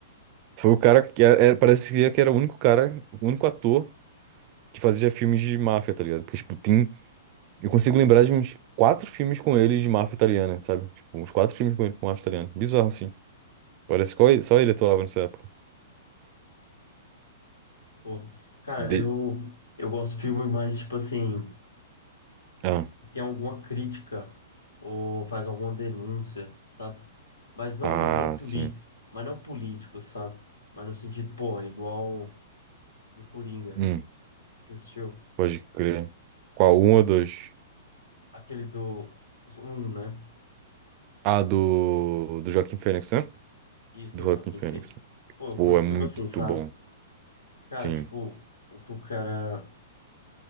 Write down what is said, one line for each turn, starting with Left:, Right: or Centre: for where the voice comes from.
Right: foi o cara que era, era- parece que era o único cara, o único ator que fazia filmes de máfia, tá ligado? Porque, tipo, tem. Eu consigo lembrar de uns quatro filmes com ele de máfia italiana, sabe? Tipo, uns quatro filmes com ele, com máfia italiana. Bizarro, assim. Parece que só ele só ele atuava nessa época.
Left: Pô, cara,
Right: De...
Left: eu, eu gosto de filme mais, tipo assim.
Right: Ah,
Left: e tem alguma crítica ou faz alguma denúncia, sabe? Mas não,
Right: ah,
Left: não político,
Right: sim.
Left: mas não político, sabe? Mas no sentido, pô, é igual do Coringa.
Right: Hum,
Left: Você assistiu
Right: pode crer. Qual? Um ou dois?
Left: aquele do um, né?
Right: Ah, do, do Joaquim Fênix, né?
Left: Isso
Right: Do
Left: do
Right: Joaquim
Left: Joaquin
Right: Fênix.
Left: Phoenix. Pô, eu
Right: Pô,
Left: curto
Right: é
Left: filme
Right: muito
Left: assim, sabe?
Right: bom.
Left: Cara,
Right: Sim.
Left: tipo, o que o cara